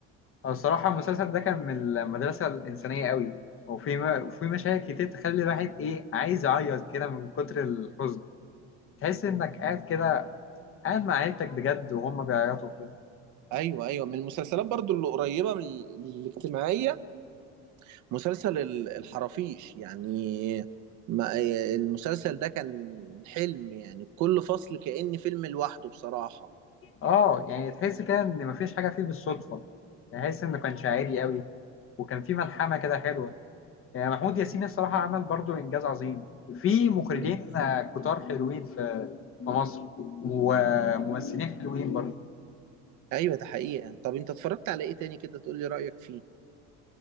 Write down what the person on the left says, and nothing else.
أو الصراحة المسلسل ده كان من المدرسة الإنسانية أوي وفي م... وفي مشاهد كتير تخلي الواحد إيه عايز يعيط كده من كتر الحزن تحس إنك قاعد كده قاعد مع عيلتك بجد وهم بيعيطوا كده
آه يعني تحس كده إن مفيش حاجة فيه بالصدفة يعني تحس إنه كان شاعري أوي وكان فيه ملحمة كده حلوة يعني محمود ياسين الصراحة عمل برضو إنجاز عظيم في مخرجين
آه، كتار حلوين في في مصر وممثلين حلوين برضو